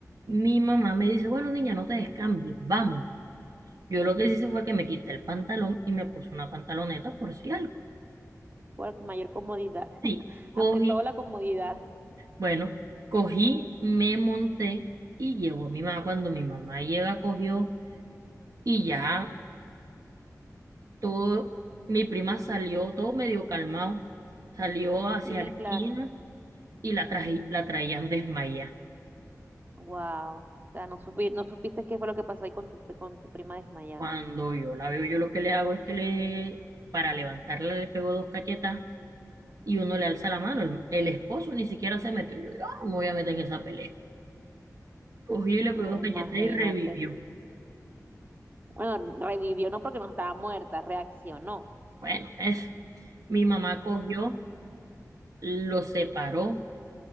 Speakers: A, on the right; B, on the right.
A: Mi mamá me dice, bueno, niña, no te descambies, vamos. Yo lo que hice fue que me quité el pantalón y me puse una pantaloneta por si algo.
B: por mayor comodidad,
A: Sí,
B: <laughs> ante
A: cogí,
B: todo la comodidad.
A: bueno, cogí, me monté y llegó mi mamá. Cuando mi mamá llega, cogió y ya todo, mi prima salió todo medio calmado, salió hacia
B: Sí,
A: la esquina
B: claro,
A: y la traje, la traían desmayada.
B: wow, o sea, no supi- no supiste qué fue lo que pasó ahí con tu, con tu prima desmayada,
A: Cuando yo la veo, yo lo que le hago es que le, para levantarla le pego dos cachetas y uno le alza la mano. El, el esposo ni siquiera se metió. Yo, yo no me voy a meter en esa pelea. Cogí y le
B: no,
A: pegó dos cachetas
B: imagínate.
A: y revivió.
B: Bueno, revivió no porque no estaba muerta, reaccionó
A: Bueno, eso. Mi mamá cogió. lo separó,